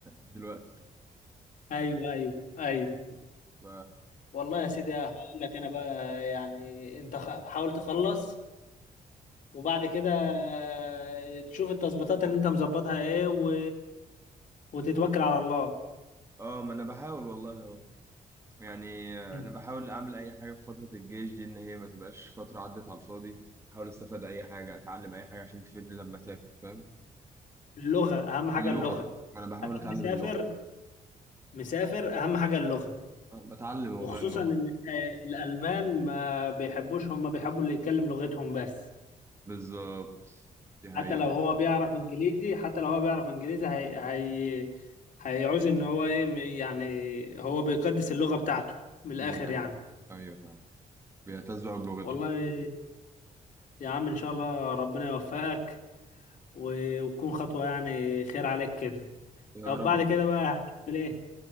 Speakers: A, on the right; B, on the left.
A: دلوقتي
B: ايوه ايوه ايوه
A: ف
B: والله يا سيدي هقول لك انا بقى يعني انت خ... حاول تخلص وبعد كده آه، تشوف التظبيطات اللي انت مظبطها ايه و... وتتوكل على الله
A: اه ما انا بحاول والله اهو يعني
B: أمم.
A: انا بحاول اعمل اي حاجه في فتره الجيش دي ان هي ما تبقاش فتره عدت على الفاضي احاول استفاد اي حاجه اتعلم اي حاجه عشان تفيدني لما اسافر فاهم
B: اللغه اهم حاجه
A: اللغه
B: اللغه
A: انا بحاول
B: هتسافر
A: اتعلم اللغه
B: مسافر اهم حاجه اللغه
A: أه، بتعلم والله
B: وخصوصا
A: اللغه
B: ان ال- الالمان ما بيحبوش هم بيحبوا اللي يتكلم لغتهم بس
A: بالظبط دي حقيقه
B: حتى لو هو بيعرف انجليزي حتى لو هو بيعرف انجليزي هي هي هيعوز ان هو ايه م- يعني هو بيقدس اللغه بتاعته من الاخر
A: دي حقيقه
B: يعني
A: ايوه فاهم بيعتزوا بلغتهم
B: والله يا عم ان شاء الله ربنا يوفقك و- وتكون خطوه يعني خير عليك كده
A: يا
B: طب
A: رب
B: بعد كده بقى هتعمل ايه